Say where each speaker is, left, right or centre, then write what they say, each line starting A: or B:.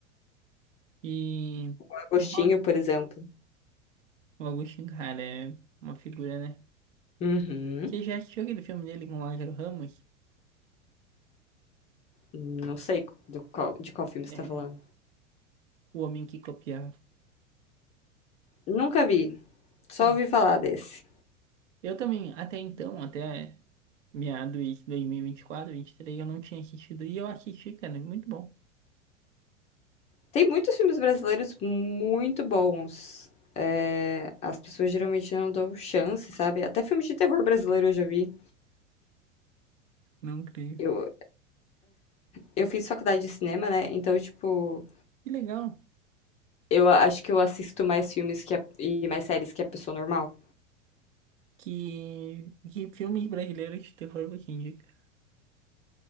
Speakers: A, on the right; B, on the left.
A: E,
B: O Agostinho,
A: e Rob,
B: por exemplo.
A: o Agostinho, cara, é uma figura, né?
B: Uhum.
A: Você já assistiu aquele filme dele com o Lázaro Ramos?
B: Não sei do qual- de qual filme você
A: É,
B: tá falando.
A: O Homem que Copiava.
B: Nunca vi, só
A: É.
B: ouvi falar desse.
A: Eu também, até então, até meados de dois mil e e vinte vinte quatro vinte e três eu não tinha assistido. E eu assisti, cara, é muito bom.
B: Tem muitos filmes brasileiros muito bons. É, as pessoas geralmente não dão chance, sabe? Até filmes de terror brasileiro eu já vi.
A: Não creio.
B: Eu, eu fiz faculdade de cinema, né? Então, tipo,
A: Que legal.
B: Eu a- acho que eu assisto mais filmes que a- e mais séries que a pessoa normal.
A: Que, que filmes brasileiros de terror você indica,